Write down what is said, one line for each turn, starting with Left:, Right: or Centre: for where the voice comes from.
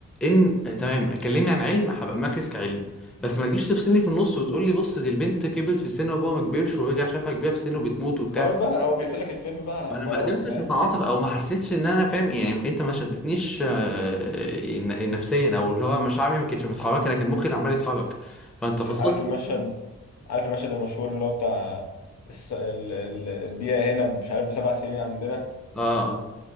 Centre: إن آه، تمام كلمني عن علم هبقى مركز كعلم بس ما تجيش تفصلني في النص وتقول لي بص دي البنت كبرت في السن وأبوها ما كبرش ورجع شافها كبيرة في السن وبتموت وبتاع
Left: خلاص بقى هو بيقفل لك الفيلم بقى
Centre: انا
Left: خلاص
Centre: ما قدرتش
Left: فاهم
Centre: اتعاطف او
Left: <laughs>
Centre: ما حسيتش ان انا فاهم يعني انت ما شدتنيش آه، ن- نفسيا او اللي هو مشاعري ما كانتش متحركه لكن مخي اللي عمال يتحرك فانت
Left: شو-
Centre: فصلت
Left: عارف المشهد
Centre: مخي
Left: عارف المشهد المشهور اللي هو بتاع الس... ال... ال... الدقيقة هنا مش عارف بسبع سنين عندنا
Centre: اه اه